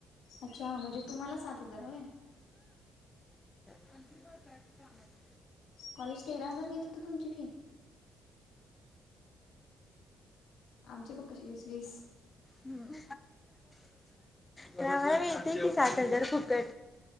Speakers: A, on the left; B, on the left.
A: अच्छा म्हणजे तुम्हाला सात हजार होय.
B: आणि त बय.
A: कॉलेज तेरा हजार घेत होत तुमची फी आमचे पक्काचे वीस वीस.
B: हम्. त्या मला मिळतीय की सात हजार फुकट